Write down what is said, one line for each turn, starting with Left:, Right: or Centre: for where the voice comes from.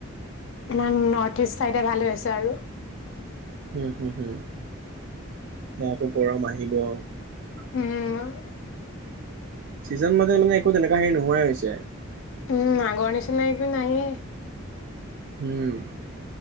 Left: নান-নৰ্থৱেষ্ট চাইডয়ে ভালহৈ আছে। আৰু,
Right: <unintelligible>
Left: উম!
Right: চিজন মানে মানে একো তেনেকুৱা হেৰী নোহোৱাই হৈছে৷
Left: উম আগৰ নিছিনা একো নাই এ
Right: উম